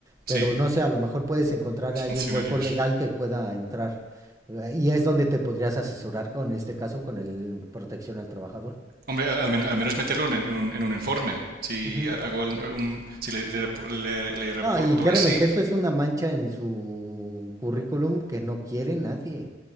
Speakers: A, on the right; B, on the right.
A: Pero
B: Sí,
A: no sé, a lo mejor puedes encontrar
B: los
A: ahí
B: funcionarios.
A: un hueco legal que pueda entrar. eh, Y es donde te podrías asesorar con en este caso, con el protección al trabajador.
B: Hombre, al, al men- al menos meterlo en, en un, en un informe. Si
A: Ujú.
B: hago el- un, si le, le, rep- le- le reporto
A: No, y créeme
B: así.
A: que esto es una mancha en su currículum que no quiere nadie.